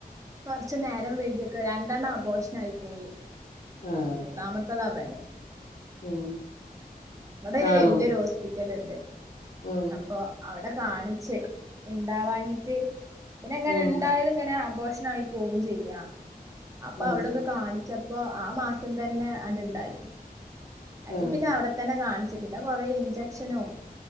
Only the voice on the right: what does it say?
കൊർച്ച് നേരം വൈകിയൊക്കെ രണ്ടെണ്ണം അബോഷനായി പോയി
മൂന്നാമത്തതവന്
ഇവിടെയൊരു
വല്ലിയൊരു ഹോസ്പിറ്റല്ണ്ട്
അപ്പൊ അവടെ കാണിച്ച് ണ്ടാവാനീട്ട് പിന്നെ ങ്ങനെ
ണ്ടായാലും ങ്ങനെ അബോഷനായി പോവും ചെയ്യാ അപ്പ
അവടൊന്ന് കാണിച്ചപ്പോ ആ മാസം തന്നെ അവന്ണ്ടായി. അയ്ല്
പിന്നെ അവടെത്തന്നെ കാണിച് പിന്നെ കൊറേ ഇഞ്ചെക്ഷനൊ